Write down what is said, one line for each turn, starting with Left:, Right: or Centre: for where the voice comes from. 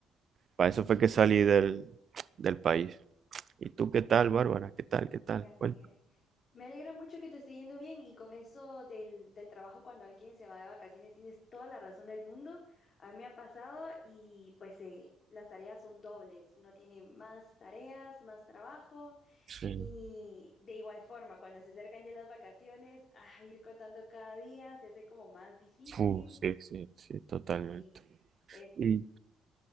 Right: para eso fue que salí del, del país. ¿Y tú qué tal, Bárbara? ¿Qué tal? ¿Qué tal?
Left: qué alegre.
Right: Bueno,
Left: Me alegra mucho que te esté yendo bien y con eso del, del trabajo cuando alguien se va de vacaciones tienes toda la razón del mundo. A mí me ha pasado y pues eh, las tareas son dobles. Uno tiene más tareas, más trabajo
Right: sí,
Left: y de igual forma cuando se acercan ya las vacaciones, a ir contando cada día se hace como más difícil.
Right: Fu, sí, sí, sí, totalmente.
Left: Sí, es,
Right: ¿Y